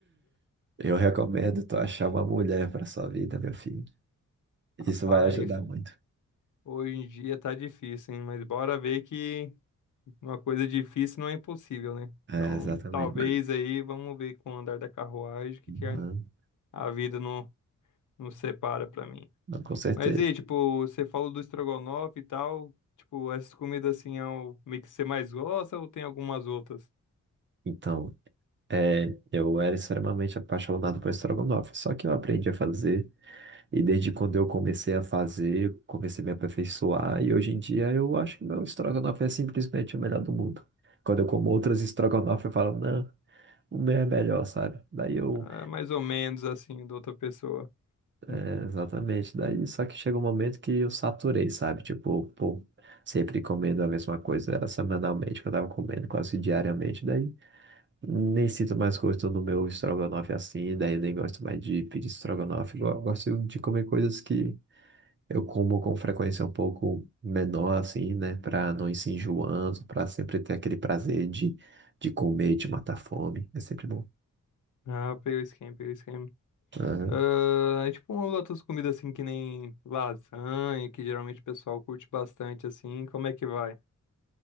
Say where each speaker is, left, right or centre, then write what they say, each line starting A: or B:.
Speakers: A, on the right (about 40°); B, on the left (about 75°).
A: eu recomendo tu achar uma mulher pra sua vida, meu filho. Isso
B: <laughs> Rapaz,
A: vai ajudar muito.
B: hoje em dia tá difícil, hein? Mas bora ver que uma coisa difícil não é impossível, né?
A: É,
B: Então,
A: exatamente.
B: talvez aí, vamos ver com o andar da carruagem o que
A: Uhum.
B: que a a vida não nos separa pra mim.
A: Não, Com certeza.
B: Mas e, aí, tipo, você falou do estrogonofe e tal, tipo, essas comidas assim é o meio que você mais gosta ou tem algumas outras?
A: Então, é, eu era extremamente apaixonado por estrogonofe, só que eu aprendi a fazer. E desde quando eu comecei a fazer, eu comecei a me aperfeiçoar, e hoje em dia eu acho que meu estrogonofe é simplesmente o melhor do mundo. Quando eu como outras estrogonofe, eu falo, não, o meu é melhor, sabe? Daí eu,
B: Ah, É mais ou menos assim, da outra pessoa.
A: é,
B: Hum.
A: exatamente, daí só que chega um momento que eu saturei, sabe? Tipo, pô, sempre comendo a mesma coisa, era semanalmente que eu tava comendo, quase diariamente, daí nem sinto mais gosto no meu estrogonofe assim, daí eu nem gosto mais de pedir estrogonofe, eu gosto de comer coisas que Eu como com frequência um pouco menor, assim, né? Pra não ir se enjoando, pra sempre ter aquele prazer de, de comer, de matar a fome. É sempre bom.
B: Ah, peguei o esquema, peguei o esquema.
A: Aham.
B: Ah, e, tipo, umas outras comidas assim que nem lasanha, que geralmente o pessoal curte bastante assim, como é que vai?